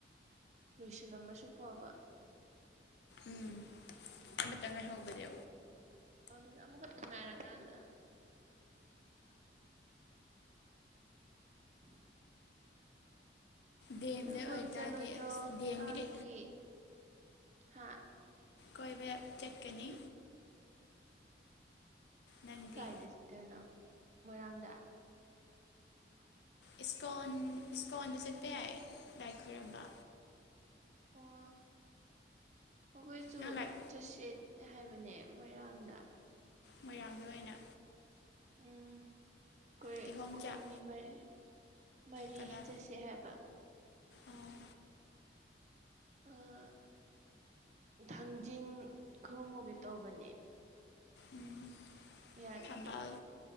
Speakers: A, on the right; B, on the left.
A: ꯂꯣꯏꯁꯤꯜꯂꯝꯃꯁꯨ ꯐꯕ
B: ꯎꯝ ꯑꯃꯇꯪ ꯉꯥꯏꯍꯧꯕꯖꯦ
A: ꯑꯗꯨꯅꯦ ꯑꯃꯈꯛꯇꯥ ꯉꯥꯏꯔꯀꯥꯟꯗ ꯎ <inaudible>
B: ꯗꯦꯝꯗ
A: ꯅꯪ ꯀꯣꯏꯕ
B: ꯑꯣꯏꯇꯥꯔꯗꯤ
A: ꯆꯠꯂꯣꯏꯗ꯭ꯔꯣ
B: ꯑꯁ ꯗꯦꯝꯒꯤꯗꯤ
A: ꯀꯥꯡꯒꯤ ꯍꯥ
B: ꯀꯣꯏꯕ ꯆꯠꯀꯅꯤ ꯅꯪꯗꯤ
A: ꯀꯥꯏꯗ ꯆꯠꯇꯣꯏꯕ ꯅꯪ ꯃꯣꯏꯔꯥꯡꯗ
B: ꯏꯁꯀꯣꯟ ꯏꯁꯀꯣꯟꯗ ꯆꯠꯄ ꯌꯥꯏ ꯂꯥꯏ ꯈꯣꯏꯔꯝꯕ
A: ꯑꯣ ꯑꯩꯈꯣꯏꯁꯨ
B: ꯅꯪ ꯂꯥꯏ
A: ꯆꯠꯆꯦ ꯍꯥꯏꯕꯅꯦ ꯃꯣꯏꯔꯥꯡꯗ
B: ꯃꯣꯢꯔꯥꯡꯗ ꯑꯣꯏꯅ
A: ꯎꯝ ꯑꯩꯈꯣꯏ
B: ꯀꯤꯍꯣꯝꯆꯥꯛ
A: ꯑꯩꯈꯣꯏ ꯃꯤ ꯃꯔꯤ ꯃꯔꯤ
B: ꯀꯅꯥ
A: ꯆꯠꯁꯦ ꯍꯥꯏꯕ
B: ꯑꯥ
A: ꯑꯥ ꯊꯥꯡꯖꯤꯡ ꯈꯨꯔꯨꯝꯃꯨꯒꯦ ꯇꯧꯕꯅꯦ
B: ꯎꯝ
A: ꯌꯥꯔꯗꯤ
B: ꯊꯝꯕꯥꯜ